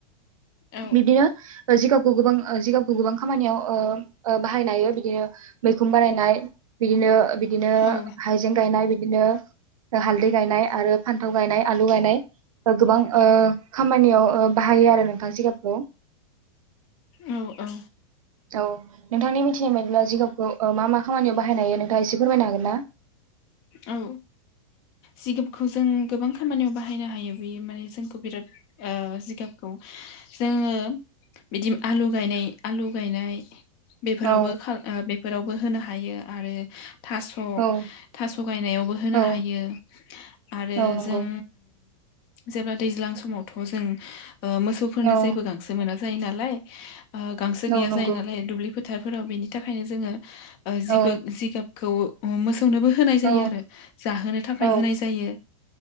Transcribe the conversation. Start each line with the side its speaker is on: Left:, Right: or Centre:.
Left: औ
Right: बिदिनो जिगाबखौ गोबां ओ जिगाब। गोबां खामानियाव बाहायनो हायो बिदिनो मैखुन बानायनाय बिदिनो। बिदिनो
Left: औ
Right: हाइजें गायनाय बि बिदिनो हालदै गायनाय आरो फान्थाव गायनाय आलु गायनाय गोबां ओ खामानियाव ओ बाहायो आरो नोंथांङा सिगाबखौ
Left: औ औ
Right: औ नोंथांनि मिथिनाय बादिब्ला जिगाबखौ ओ मा मा खामानियाव बाहायनो हायो नोंथांङा एसे फोरमायनो हागोन ना?
Left: औ जिगाबखौ जों गोबां खामानियाव बाहायनो हायो बेयो माने जोंखौ बिराद ओ जिगाबखौ जोङो बिदि आलु गायनाय आलु गायनाय बेफोरावबो
Right: औ
Left: बेफोरावबो होनो हायो आरो थास'
Right: औ
Left: थास' गायनायावबो होनो
Right: औ
Left: हायो आरो
Right: औ नंगौ
Left: जों जेब्ला दैज्लां समावथ जों ओ मोसौफोरनो
Right: औ
Left: जेबो गांसो मोना जायो नालाय ओ गांसो गैया
Right: औ नंगौ
Left: जायो नालाय दुब्लि फोथारफोराव बेनि थाखायनो जोङो जि
Right: औ
Left: जिगाबखौ मोसौनोबो होनाय जायो
Right: औ
Left: आरो जाहोनो थाखाय
Right: औ
Left: होनाय जायो